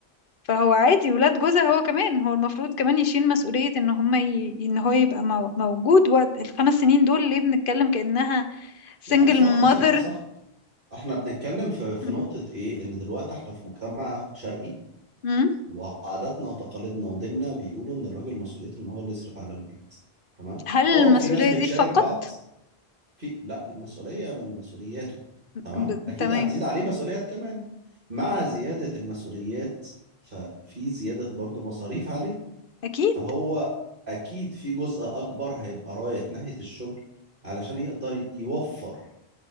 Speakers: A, on the left (about 60°); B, on the right (about 55°).
A: فهو عادي ولاد جوزها هو كمان هو المفروض كمان يشيل مسؤولية ان هما ي... ان هو يبقى مو... موجود وقت الخمس سنين دول ليه بنتكلم كأنها single
B: لا صح
A: mother
B: صح صح احنا بنتكلم في في
A: <laughs>
B: نقطة ايه ان دلوقتي احنا في مجتمع شرقي
A: مم.
B: وعاداتنا وتقاليدنا وديننا بيقولوا ان الراجل مسؤوليته ان هو اللي يصرف على البيت تمام
A: هل المسؤولية
B: اه في ناس بتشارك
A: دي فقط
B: بعض في لا دي مسؤولية من مسؤولياته تمام
A: ب...
B: اكيد
A: تمام
B: هتزيد عليه مسؤوليات كمان مع زيادة المسؤوليات ففي زيادة برضو مصاريف عليه
A: اكيد
B: فهو اكيد في جزء اكبر هيبقى رايح ناحية الشغل علشان يقدر يوفر